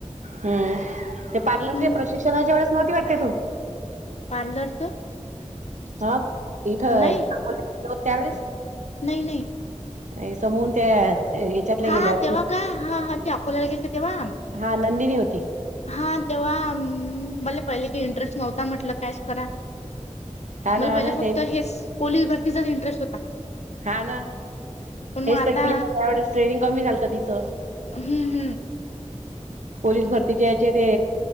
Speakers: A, on the right; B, on the left.
A: हम् ते पार्लरचे
B: हम्म
A: प्रशिक्षणाच्या वेळेस नव्हती वाटत तु.
B: पार्लरच
A: हा इथं
B: नाही
A: अकोल्याला होत, त्यावेेळेस.
B: नाही नाही.
A: नाही समून त्या याच्यातल्या
B: हा
A: गेल्या
B: हा तेव्हा का हा हा ते अकोल्याला गेलत तेव्हा.
A: हा नंदिनी होती.
B: हा तेव्हा मला पहिले काही इंटरेस्ट नव्हता, म्हटलं कॅश करा.
A: हा ना
B: मला
A: हा
B: पहिले
A: ना
B: फक्त
A: ते
B: हेच पोलीस भरतीचाच इंटरेस्ट होता.
A: हाव ना.
B: पण मग
A: हेच
B: आता
A: तर गेले त्यावेळी ट्रेनिंग कमी झालत तिच
B: हम्म हम्म
A: पोलीस भरतीचे याचे ते